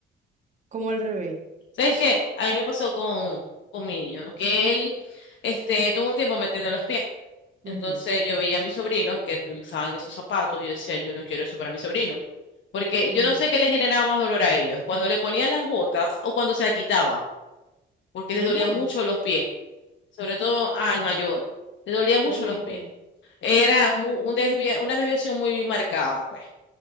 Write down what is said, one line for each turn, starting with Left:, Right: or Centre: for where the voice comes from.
Right: como al revés.
Left: ¿Sabes qué? A mí me pasó con, con mi niño, que él este, tuvo un tiempo metiendo los pies.
Right: Ujú,
Left: Entonces yo veía a mis sobrinos que utilizaban esos zapatos y yo decía, yo no quiero eso para mi sobrino. Porque
Right: ujú.
Left: yo no sé qué le generaba más dolor a ellos, cuando le ponían las botas o cuando se la quitaba, porque
Right: ¿Verdad?
Left: les dolía mucho los pies, sobre todo al mayor, le dolía mucho
Right: Ay,
Left: los
Right: Dios.
Left: pies. Era mu- un desvia- una desviación muy marcada, pues.